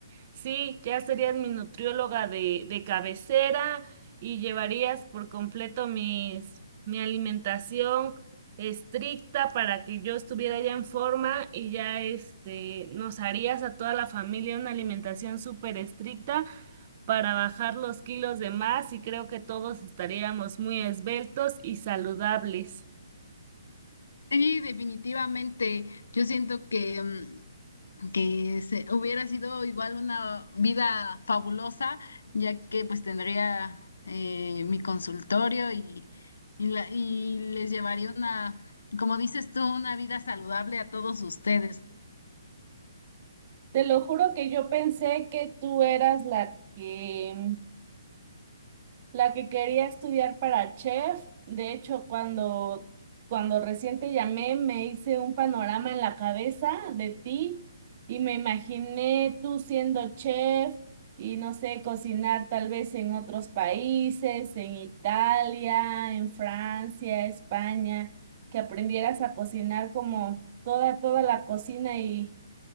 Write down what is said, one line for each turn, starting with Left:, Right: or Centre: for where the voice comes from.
Right: Sí, ya serías mi nutrióloga de, de cabecera y llevarías por completo mis, mi alimentación estricta para que yo estuviera ya en forma y ya este, nos harías a toda la familia una alimentación súper estricta para bajar los kilos de más y creo que todos estaríamos muy esbeltos y saludables.
Left: Sí, definitivamente. Yo siento que, mm, que se, hubiera sido igual una vida fabulosa, ya que pues tendría eh, mi consultorio y, y, la- y les llevaría una, como dices tú, una vida saludable a todos ustedes.
Right: Te lo juro que yo pensé que tú eras la que La que quería estudiar para chef, de hecho, cuando, cuando recién te llamé, me hice un panorama en la cabeza de ti y me imaginé tú siendo chef y no sé, cocinar tal vez en otros países, en Italia, en Francia, España, que aprendieras a cocinar como toda, toda la cocina y